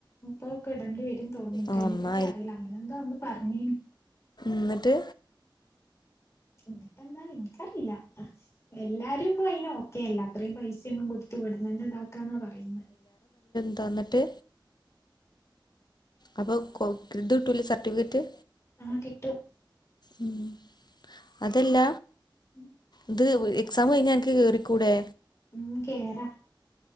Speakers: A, on the left; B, on the left.
A: മുപ്പൊക്കെ ഇടണ്ടി വരും. തോൺണു ഇൻക്ക്
B: ആ
A: അയിനെപ്പറ്റി
B: എന്നാ
A: അറിയില്ല അങ്ങനെ എന്തോ അന്ന് പറഞ്ഞീനു.
B: ന്നിട്ട്
A: ന്നിട്ടെന്താ ഇൻക്കറീല്ല എല്ലാരും ഇ അയിന ഓക്കേ അല്ല അത്രയും പൈസൊന്നും കൊടുത്ത വിടുന്നന്നെ ഇതാക്കാന്ന പറയുന്ന
B: ആ ന്നിട്ട് അപ്പൊ ഇത് കിട്ടൂല സർട്ടിഫിക്കറ്റ്
A: ആ കിട്ടും
B: ഉം അതല്ല.
A: ഉം
B: അത് എക്സാം കഴിഞ്ഞാ അൻക്ക് കേറിക്കൂടെ
A: ഉം കേറ